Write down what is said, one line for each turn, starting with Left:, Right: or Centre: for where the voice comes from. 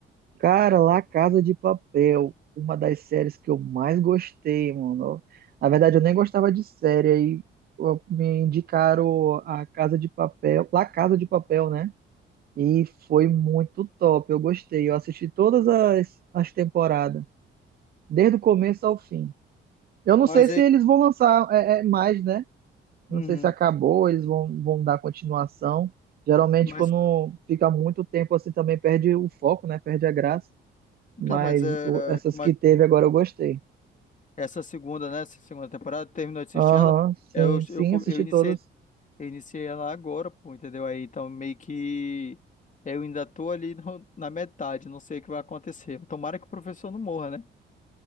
Right: Cara, La Casa de Papel, uma das séries que eu mais gostei, mano. Na verdade, eu nem gostava de série, aí ó, me indicaram a Casa de Papel, La Casa de Papel, né? E foi muito top, eu gostei. Eu assisti todas as, as temporadas, desde o começo ao fim. Eu não
Left: Mas
Right: sei
Left: é.
Right: se eles vão lançar é, é, mais, né?
Left: Uhum.
Right: Não sei se acabou, eles vão, vão dar continuação. Geralmente,
Left: Mas,
Right: quando fica muito tempo assim, também perde o foco, né? Perde a graça
Left: então,
Right: mas
Left: mas, é,
Right: o- essas
Left: mas
Right: que teve agora eu gostei.
Left: Essa segunda, né? Essa segunda temporada, terminou de assistir
Right: Aham,
Left: ela.
Right: sim,
Left: Eu,
Right: sim,
Left: eu, co-
Right: assisti
Left: eu iniciei,
Right: todas.
Left: eu iniciei ela agora, pô, entendeu? Aí então meio que eu ainda tô ali no- na metade, não sei o que vai acontecer. Tomara que o professor não morra, né?